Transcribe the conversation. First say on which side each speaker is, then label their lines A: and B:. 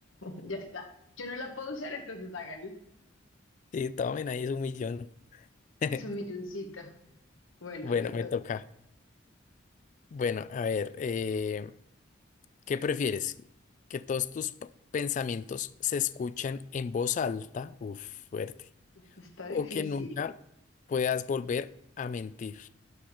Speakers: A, on the left; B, on the left.
A: Ya está. Yo no la puedo usar, entonces háganle.
B: Sí, tomen, ahí es un millón. <laughs>
A: Es un milloncito. Bueno,
B: Bueno,
A: te toca.
B: me toca. Bueno, a ver, eh, ¿qué prefieres? ¿Que todos tus p- pensamientos se escuchen en voz alta? Uf, fuerte.
A: Está
B: ¿O
A: difícil.
B: que nunca puedas volver a mentir?